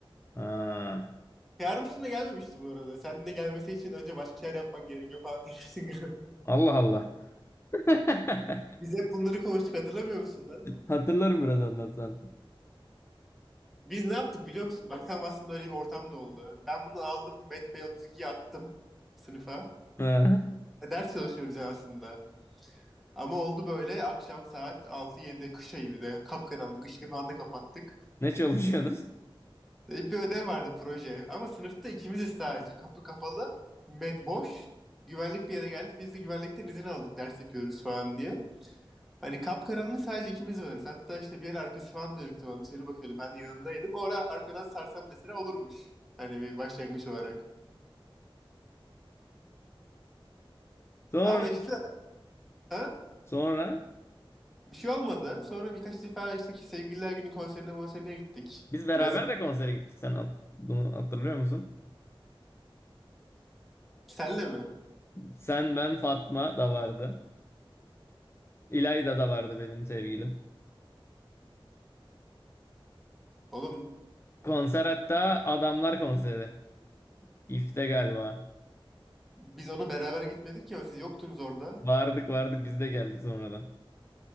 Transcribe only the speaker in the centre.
Çağırmıştın da gelmemişti bu arada. Sen de gelmesi için önce başka şeyler yapman gerekiyor falan demiştin. <laughs>
Biz hep bunları konuştuk hatırlamıyor musun lan?
Biz ne yaptık biliyor musun? Bak tam aslında öyle bir ortam da oldu. Ben bunu aldım. Met Bey 32'ye attım sınıfa.
E, ders çalışıyoruz yani aslında. Ama oldu böyle akşam saat 6-7 kış ayı bir de. Kapkaranlık ışığı falan da kapattık.
E, bir ödev vardı proje. Ama sınıfta ikimiziz sadece. Kapı kapalı. Met boş. Güvenlik bir yere geldi. Biz de güvenlikten izin aldık ders yapıyoruz falan diye. Hani kapkaranlık sadece ikimiz varız. Hatta işte bir yer arkası falan dönüktü bana dışarı bakıyordu. Ben de yanındaydım. Orada arkadan sarsam mesela olurmuş. Hani bir başlangıç olarak.
Ama işte ha,
bir şey olmadı. Sonra birkaç defa işte sevgililer günü konserine konserine gittik.
Biraz
senle mi?
Oğlum
biz ona beraber gitmedik ya siz yoktunuz orada.